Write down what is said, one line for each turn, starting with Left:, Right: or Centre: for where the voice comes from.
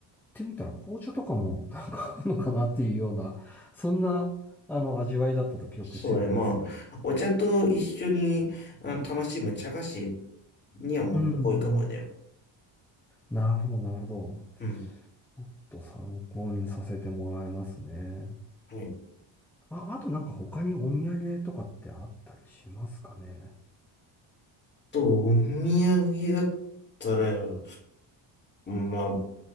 Centre: ってみたら紅茶とかも <laughs> なんかあるのかなっていうような、そんな、あの、味わいだったと記憶してるんですけど。
Left: そうね、まあ、お茶と一緒にあ楽しむ茶菓子にはもってこいかもね。
Centre: うんうんなるほど、なるほど。
Left: うん。
Centre: ちょっと参考にさせてもらいますね。
Left: はい。
Centre: あ、あとなんか他にお土産とかってあったりしますかね。
Left: と、お土産だったら、まあ、ま